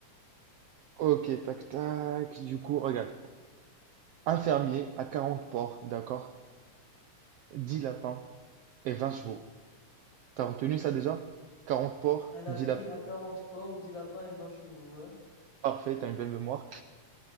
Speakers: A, on the right; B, on the left.
A: Ok, tac, tac. Du coup, regarde. Un fermier à 40 porcs, d'accord? dix lapins et 20 chevaux. T'as retenu ça déjà? quarante porcs,
B: Un lapier
A: 10 lapins.
B: à 40 porcs, 10 lapins et 20 chevaux, ouais.
A: Parfait, t'as une belle mémoire.